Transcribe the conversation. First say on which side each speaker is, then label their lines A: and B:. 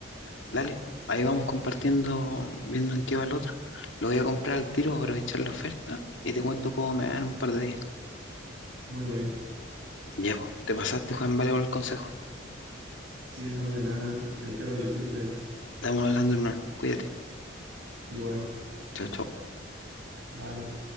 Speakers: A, on the left (about 65°); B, on the right (about 80°).
A: dale. Ahí vamos compartiendo, viendo en qué va el otro. Lo voy a comprar al tiro, aprovechar la oferta y te cuento cómo me va en un par de días.
B: Muy bien.
A: Ya, vos, te pasaste, Juan, vale por el consejo.
B: Sí, no, de nada. Hay que lo disfrutes.
A: Estamos hablando, hermano. Cuídate.
B: Igual.
A: Chao, chao.
B: Bye.